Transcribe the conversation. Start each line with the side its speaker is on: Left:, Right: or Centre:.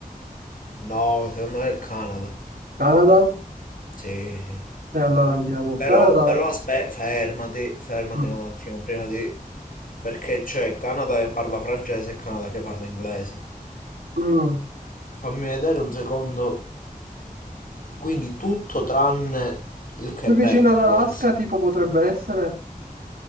Left: No, secondo me è il Canada.
Right: Canada,
Left: Sì, sì.
Right: e allora andiamo,
Left: Però,
Right: Canada,
Left: però aspetta, fermati, fermati
Right: Mm.
Left: un attimo, prima di... Perché c'è Canada che parla francese e Canada che parla inglese.
Right: Mm.
Left: Fammi vedere un secondo. Quindi tutto tranne il Quebec
Right: Più vicino all'Alaska
Left: può essere.
Right: tipo potrebbe essere,